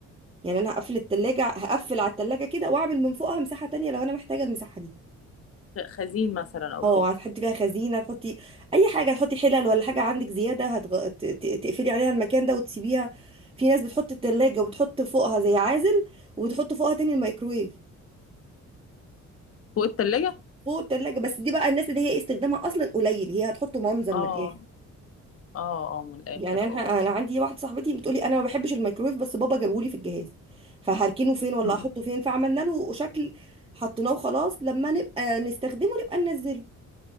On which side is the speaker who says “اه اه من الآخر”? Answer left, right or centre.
Left